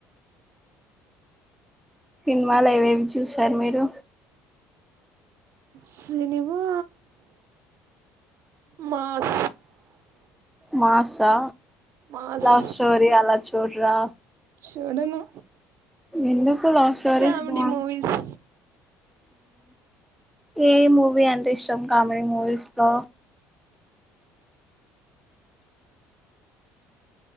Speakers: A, in the centre; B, on the right.
A: సినిమాలు అవేవి చూసారు మీరు
B: సినిమా మాస
A: మాసా
B: మాస్
A: లవ్ స్టోరి అలా చూడరా
B: చూడును
A: ఎందుకు లవ్ స్టోరీస్
B: కామెడి
A: బాగుం
B: మూవీస్
A: ఏ మూవీ అంటే ఇష్టం కామెడీ మూవీస్ లో